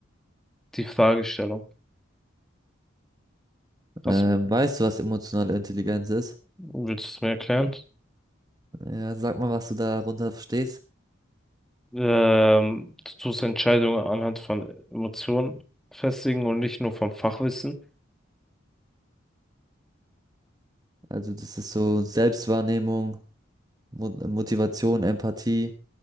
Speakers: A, in the centre; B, on the right.
A: die Fragestellung. Hast,
B: Ähm, weißt du, was emotionale Intelligenz ist?
A: willst du es mir erklären?
B: Ja, sag mal, was du darunter verstehst.
A: Ähm, du tust Entscheidungen anhand von Emotionen festigen und nicht nur vom Fachwissen.
B: Also das ist so Selbstwahrnehmung, Mo Motivation, Empathie,